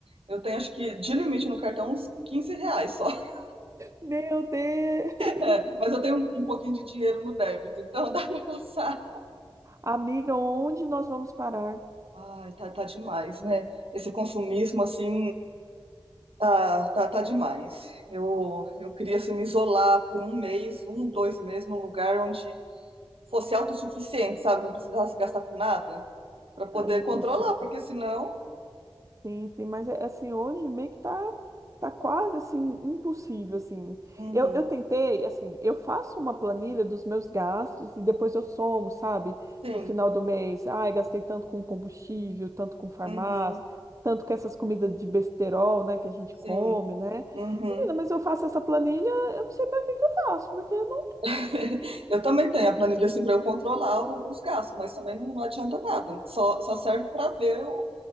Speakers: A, on the right (about 75°); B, on the right (about 35°).
A: Eu tenho, acho que, de limite no cartão, uns 15 reais só. <laughs>
B: Meu Deus!
A: É, Mas eu tenho um, um pouquinho de dinheiro no débito, então <laughs> dá pra passar.
B: Amiga, onde nós vamos parar?
A: Ai, tá, tá demais, né? Esse consumismo, assim, tá, tá, tá demais. Eu, eu queria, assim, me isolar por um mês, um, dois meses, num lugar onde fosse autossuficiente, sabe? Não precisasse gastar com nada, pra poder
B: Ai,
A: controlar,
B: assim,
A: porque senão.
B: Sim, sim, mas é assim, hoje meio que tá, tá quase assim, impossível, assim.
A: Uhum,
B: Eu, eu tentei, assim, eu faço uma planilha dos meus gastos e depois eu somo, sabe?
A: sim,
B: No final do mês, ai, gastei tanto com combustível, tanto com farmácia,
A: uhum,
B: tanto com essas comidas de besterol, né, que a gente
A: sim,
B: come, né?
A: uhum.
B: Menina, mas eu faço essa planilha, eu não sei para que que eu faço, porque eu não
A: <laughs> Eu também tenho a planilha, assim, pra eu controlar o- os gastos, mas também não, não adianta nada. Só, só serve pra ver o,